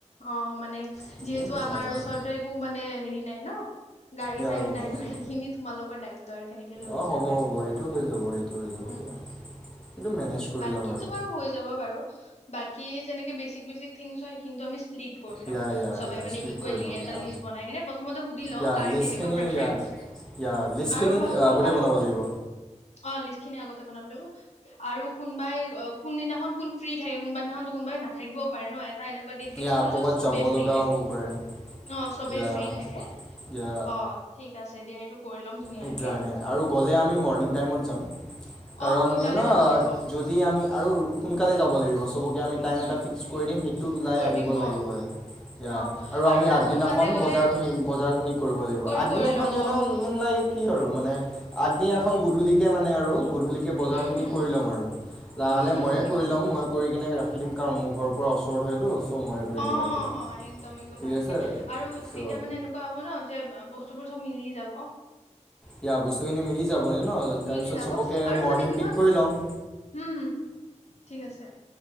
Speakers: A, on the left; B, in the centre.
A: অ মানে
B: সেইখিনি
A: যিহেতু
B: মিলাই
A: আমাৰ
B: ল'ম
A: ওচৰতো একো মানে হেৰি নাই ন গাড়ী
B: ইয়া
A: চাড়ী
B: গম
A: নাই
B: পাইছোঁ
A: ন সেইখিনি তোমালোকৰ দায়িত্ব আৰু কেনেকে লৈ
B: অঁ
A: যোৱা
B: হ'ব
A: বা
B: হ'ব
A: কি কৰা।
B: সেইটো হৈ যাব সেইটো হৈ যাব
A: উ
B: দিয়া সেইটো মেনেজ কৰি
A: বাকীটো
B: ল'ম আৰু
A: বাৰু হৈ যাব বাৰু বাক কি যেনেকে বেচিক-বেচিক থিংছ হয় সেইখিনিতো আমি ডিট কৰি ল'ম
B: ইয়া ইয়া
A: চবে
B: ইয়া
A: মানে
B: স্প্লিট
A: ইকুৱেলি
B: কৰি ল'ম
A: এটা
B: ইয়া
A: লিষ্ট বনাই কেনি প্ৰথমতে সুধি লও
B: ইয়া
A: কাৰ
B: লিষ্টখিনি
A: কেনেকে প্ৰেফেৰেন্স
B: ইয়া ইয়া লিষ্টখিনি
A: আৰু বা কোনবা
B: আগতে বনাব লাগিব
A: অ লিষ্ট খিনি আগতে বনাব লাগিব আৰু কোনোবাই অ কোনদিনাখন কোন ফ্ৰী থাকে কোনোবা দিনাখনো কোনোবাই নাথাকিবও পাৰে ন এনেকুৱা ডট ফিক্স
B: ইয়া
A: কৰো
B: ক'ৰবাত
A: য'ত সবে
B: যাব
A: ফ্ৰী
B: লগাও
A: থাকে
B: হ'ব পাৰে
A: অ চবেই
B: ইয়া
A: ফ্ৰী থাকে
B: ইয়া
A: অ ঠিক আছে দিয়া এইটো কৰি ল'ম ধুনীয়াকে
B: সেইকাৰণে আৰু গ'লে আমি মৰ্ণিং টাইমত যাম। কাৰণ
A: অ সোনকালে
B: ন
A: যাব লাগিব
B: যদি আমি আৰু সোনকালে যাব লাগিব চবকে আমি টাইম
A: উম
B: এটা ফিক্স কৰি দিম সেই ত ওলাই
A: কৰি
B: আহিব
A: দিম
B: লাগিবয়ে
A: অ
B: ৷ ইয়া
A: অ
B: আৰু আমি
A: না
B: আগদিনাখন
A: সোনকালে গলে
B: বজাৰ খুনি জাৰ খিনি। ব
A: কৰি
B: আগদিনাখন
A: কৰি ল'ম
B: ইউ
A: অ
B: ন কি আৰু মানে আগদিনাখন গধূলিকে মানে আৰু। গধূলিকে বজাৰখিনি
A: উম উম
B: কৰি ল'ম আৰু লাহ-লাহে
A: উম উম
B: ময়ে
A: ঠিক
B: কৰি
A: আছে
B: ল'ম মই কৰি কেনে ৰাখি দিম। কাৰণ মোৰ ঘৰৰ পৰা ওচৰত হয়তো। চ' ময়ে কৰি
A: অ-অ
B: কেনে ৰাখি ল'ম
A: একদম-এক্দম
B: ঠিক
A: ভালকে
B: আছে
A: আৰু
B: চ'
A: তেতিয়া মানে এনেকুৱা হ'ব ন যে বস্তুবোৰ মিলি যাব।
B: ইয়া বস্তুখিনি মিলি যাব ইউ ন তাৰপিছত
A: মিলি যাব
B: চবকে
A: আৰু
B: মৰ্ণিং
A: মানে কি
B: পিক
A: হয়
B: কৰি ল'ম।
A: উম হম ঠিক আছে।